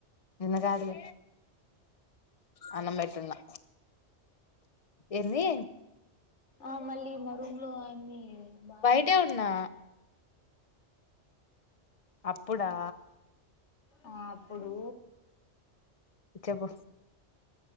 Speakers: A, on the left (about 35°); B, on the left (about 85°).
A: నిన్ను కాదులే అన్నం పెట్టున్నా ఏంది
B: ఆ మళ్లీ మీ రూమ్లో బాగ
A: బయటే ఉన్నా అప్పుడా
B: ఆ అప్పుడు
A: చెప్పు